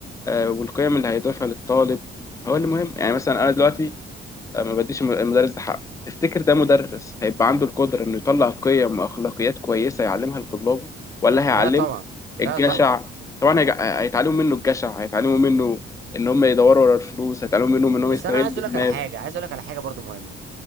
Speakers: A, on the left; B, on the right.
A: آه، والقيم اللي هيضيفها للطالب هو اللي مهم يعني مثلا أنا دلوقتي آه، ما بديش الم- المدرس ده حقه تفتكر ده مدرس هيبقى عنده القدرة إنه يطلع قيم وأخلاقيات كويسة يعلمها لطلابه ولا هيعلمه
B: لا طبعا لا
A: الجشع
B: طبعا
A: طبعا هيج- هيتعلموا منه الجشع هيتعلموا منه ان هم يدوروا ورا الفلوس هيتعلموا منهم ان هم
B: بس
A: يستغلوا
B: انا عايز اقول لك
A: الناس
B: على حاجه عايز اقول لك على حاجه برضو مهمه